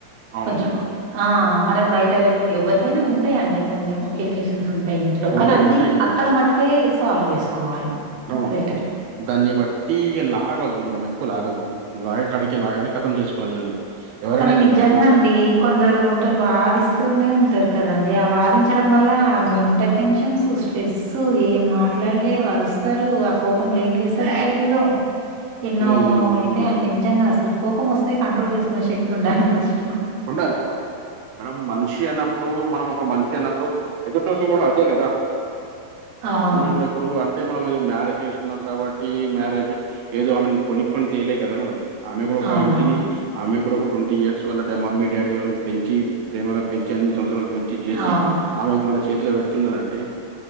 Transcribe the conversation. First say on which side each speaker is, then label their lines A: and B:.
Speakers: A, on the right (about 80°); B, on the right (about 60°).
A: అవును
B: కొంచం
A: మేడం
B: ఆ మనది బయట పెట్ ఎవ్వరికైనా ఉంటాయండి కొన్ని ఎలిగేషన్స్ ఉంటాయి ఇంట్లో
A: ఉంటాయి
B: కానీ అంది
A: ఉంటాయి
B: అక్కడ మటుకే సాల్వ్ చేసుకోవాలి
A: అవునవును
B: బెటర్
A: దాన్ని బట్టి ఇగా లాగిద్దు మనము ఎక్కువ లాగద్దు లాగ కడికి లాగాలి ఖతం చేసుకోవాలి దాన్ని ఎవరైనా
B: కానీ నిజంగా
A: అటు
B: అండి కొందరు ఉంటారు వాదిస్తూనే ఉంటారు కదండి ఆ వాదించడం వల్ల ఆ మెంటల్ టెన్షన్సు స్ట్రెస్ ఏం మాట్లాడలేరు అరుస్తారు ఆ కోపంలో ఏం చేస్తారో తెలిదు
A: గర్ల్స్
B: ఎన్నో అయితా అండి నిజంగా అసలు కోపం వస్తే కంట్రోల్ చేసుకునే శక్తి ఉండాలి ఫస్ట్
A: ఉండాలి అబ్బాయి మనం మనిషి అన్నప్పుడు మనం ఒక మనిషి అన్నప్పుడు ఎదుటోల్లు కూడా అదే కదా
B: అవును.
A: ఆమె కూడా ఇప్పుడు అంటే మనం అద మ్యారేజ్ చేసుకున్నాం కాబట్టి మ్యారేజ్ ఏదో ఆమెను కొనుక్క కొని తేలే కదా మేడం ఆమె కూడా ఒక
B: అవునవును.
A: ఇంటిని ఆమె కూడా ఒక ట్వంటీ ఇయర్స్ వల్ల మమ్మీ డాడీ వాళ్ళ పెంచి ప్రేమగా పెంచి అన్ని సంవత్చరాలు పెంచి చేసి
B: అవును.
A: ఆమెకు మన చేతిలో పెడుతున్నరంటే